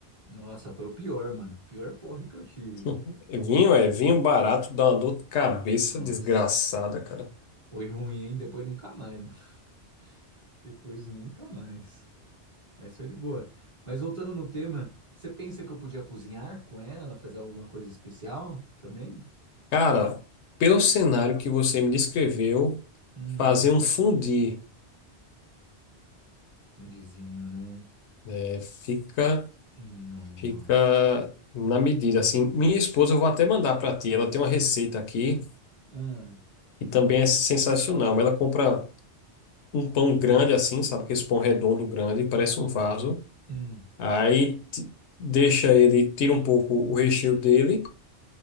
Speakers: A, on the right; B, on the left.
A: nossa, foi o pior, mano. Pior porre que eu tive.
B: <laughs> Vinho é vinho barato, dá uma dor de cabeça
A: Nossa,
B: desgraçada, cara.
A: foi ruim, hein? Depois nunca mais, mano. <laughs> Depois nunca mais. Mas foi de boa. Mas voltando no tema, você pensa que eu podia cozinhar com ela, fazer alguma coisa especial também?
B: Cara, pelo cenário que você me descreveu,
A: Hum,
B: fazer um fundi
A: fundizinho, né?
B: né, fica,
A: Nossa.
B: fica na medida. Assim, minha esposa, eu vou até mandar para ti. Ela tem uma receita aqui.
A: Ah,
B: que também é sensacional. Ela compra um pão grande assim, sabe? Que esse pão redondo grande, parece um vaso.
A: hum,
B: Aí ti- deixa ele, tira um pouco o recheio dele